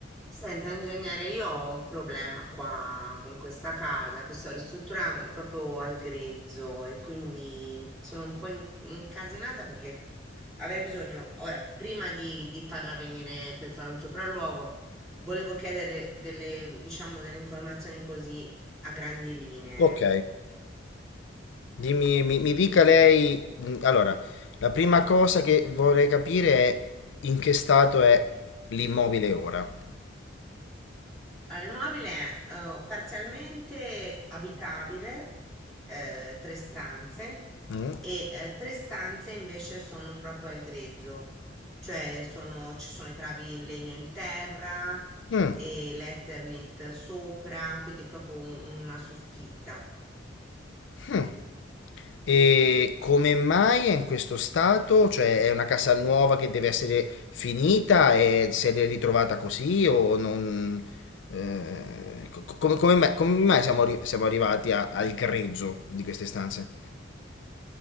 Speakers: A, in the centre; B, on the left.
A: Senta, ingegnere, io ho un problema qua con questa casa che sto ristrutturando, è proprio al grezzo e quindi sono un po' in- incasinata perché avrei bisogno, ora, prima di, di farla venire per fare un sopralluogo, volevo chiedere delle, diciamo, delle informazioni così a grandi linee.
B: Ok, dimmi, mi, mi dica lei. mh, Allora, la prima cosa che vorrei capire è in che stato è l'immobile ora.
A: Allora, il mobile è eh, parzialmente abitabile, eh, tre stanze,
B: Mm?
A: e eh, tre stanze invece sono proprio al grezzo, cioè sono- ci sono i travi in legno in terra
B: Mm,
A: e l'Eternit sopra, quindi proprio un- una soffitta.
B: mm. E come mai è in questo stato? Cioè, è una casa nuova che deve essere finita e se l'è ritrovata così o non. eh, co- co- come, come mai, come mai siamo, arri- siamo arrivati a- al grezzo di queste stanze?